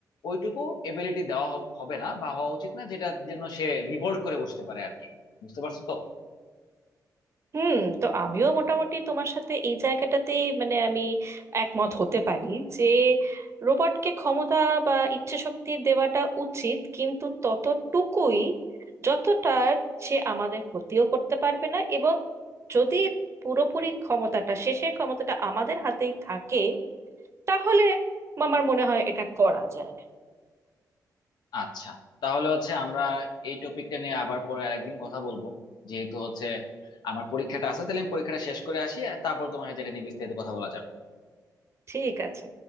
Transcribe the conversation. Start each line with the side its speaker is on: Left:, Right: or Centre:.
Left: ওইটুকু এবিলিটি দেওয়া হ- হবে না বা হওয়া উচিত না যেটার জন্য সে রিভোল্ট করে বসতে পারে আর কি বুঝতে পারছো তো
Right: হুম তো আমিও মোটামুটি তোমার সাথে এই জায়গাটাতে মানে আমি একমত হতে পারি যে রোবটকে ক্ষমতা বা ইচ্ছে শক্তি দেওয়াটা উচিত কিন্তু ততটুকুই যতটার সে আমাদের ক্ষতিও করতে পারবে না এবং যদি পুরোপুরি ক্ষমতাটা শেষের ক্ষমতাটা আমাদের হাতেই থাকে তাহলে আমার মনে হয় এটা করা যায়
Left: আচ্ছা তাহলে হচ্ছে আমরা এই টপিকটা নিয়ে আবার পরে আরেকদিন কথা বলবো যেহেতু হচ্ছে আমার পরীক্ষাটা আছে তাহলে আমি পরীক্ষাটা শেষ করে আসি আর তারপর তোমার সাথে এটা নিয়ে বিস্তারিত কথা বলা যাবে
Right: ঠিক আছে